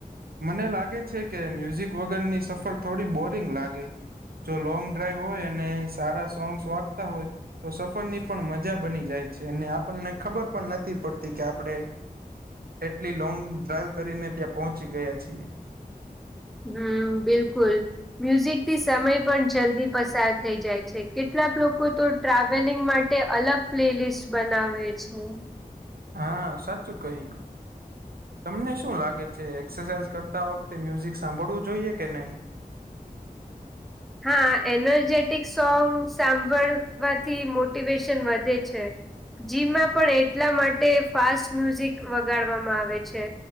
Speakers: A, on the right; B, in the centre.
A: મને લાગે છે કે મ્યુઝિક વગરની સફર થોડી બોરિંગ લાગે. જો લોંગ ડ્રાઈવ હોય અને સારા સોંગ્સ વાગતા હોય. તો સફર ની પણ મજા બની જાય છે, અને આપણને ખબર પણ નથી પડતી કે આપડે. એટલી લોંગ ડ્રાઈવ કરીને ત્યાં પહોંચી ગયા છીએ.
B: હમ બિલકુલ. મ્યુઝિકથી સમય પણ જલ્દી પસાર થઈ જાય છે, કેટલાક લોકો તો ટ્રાવેલિંગ માટે અલગ પ્લે લિસ્ટ બનાવે છે.
A: હા સાચું કહ્યું. તમને શું લાગે છે એક્સરસાઇઝ કરતા વખતે મ્યુઝિક સાંભળવું જોઈએ કે નહી?
B: હા એનર્જેટિક સોંગ સાંભળવાથી મોટિવેશન વધે છે. જીમાં પણ એટલા માટે ફાસ્ટ મ્યુઝિક વગાડવામાં આવે છે.